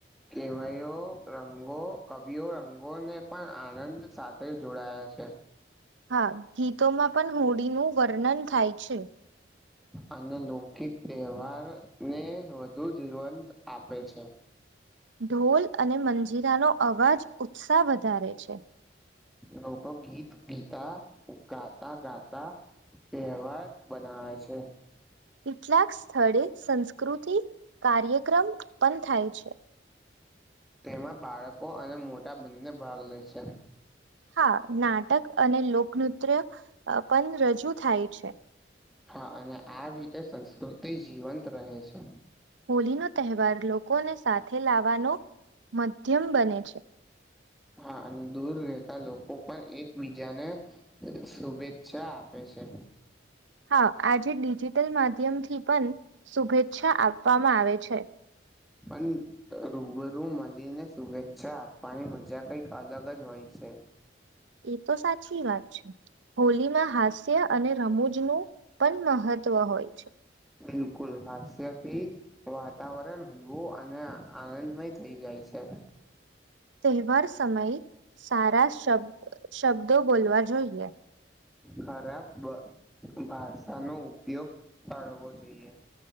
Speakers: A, in the centre; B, on the right.
A: કેવાયયો રંગો, કવિઓ રંગોને પણ આનંદ સાથે જોડાયા છે.
B: હા ગીતોમાં પણ હોળીનું વર્ણન થાય છે.
A: અને લોકગીત તહેવાર ને વધુ જીવંત આપે છે.
B: ઢોલ અને મંજીરાનો અવાજ ઉત્સાહ વધારે છે.
A: લોકો ગીત ગીતા ગાતા ગાતા તહેવાર બનાવે છે.
B: કેટલાક સ્થળે સંસ્કૃતિ કાર્યક્રમ ઉત્પન થાય છે.
A: તેમાં બાળકો અને મોટા બંને ભાગ લે છે.
B: હા નાટક અને લોકનૃત્ય પણ રજૂ થાય છે.
A: હા અને આ રીતે સંસ્કૃતિ જીવંત રહે છે.
B: હોળનો તહેવાર લોકોને સાથે લાવવાનો મધ્યમ બને છે.
A: હા અને દૂર રહેતા લોકો પણ એકબીજાને શુભેચ્છા આપે છે.
B: હા આજે ડિજિટલ માધ્યમ થી પણ શુભેચ્છા આપવામાં આવે છે.
A: પણ રૂબરૂ મળીને શુભેચ્છા આપવાની મજા કઈક અલગ જ હોય છે.
B: એ તો સાચી વાત છે. હોલીમાં હાસ્ય અને રમૂજનું પણ મહત્વ હોય છે.
A: બિલકુલ હાસ્યથી વાતાવરણ હલવું અને આનંદમય થઈ જાય છે.
B: તહેવાર સમયે સારા શબ શબ્દો બોલવા જોઈએ.
A: ખરાબ ભાષાનો ઉપયોગ કરવો જોઈએ.